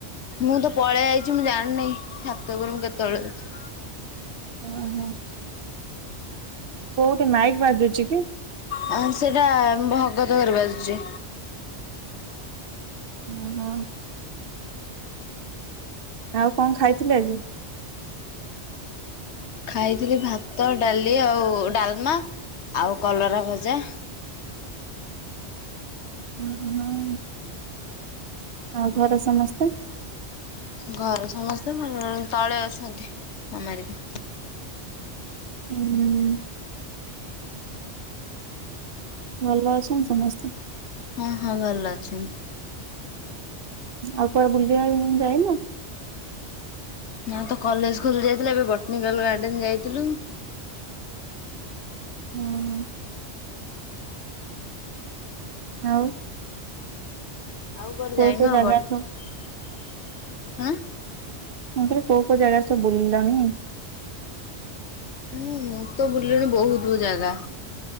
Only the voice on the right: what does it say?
ଓ ହଁ। କୋଉଁଠି ମାଇଁକି ବାଜୁଛି କି?
ହଁ ହଁ। ଆଉ କଣ ଖାଇଥିଲେ ଆଜି?
ଓ ହଁ ଆଉ ଘରେ ସମସ୍ତେ?
ଉଁ ଭଲ ଅଛନ୍ତି ସମସ୍ତେ?
ଆଉ କୁଆଡେ ବୁଲିବାକୁ ଯାଇନ?
ହଁ। ଆଉଁ।
କୋଉ
କୋଉ ଜାଗା
ସବୁ
ମୁଁ କହିଲି କୋଉଁ କୋଉଁ ଜାଗା ସବୁ ବୁଲିଲଣିି?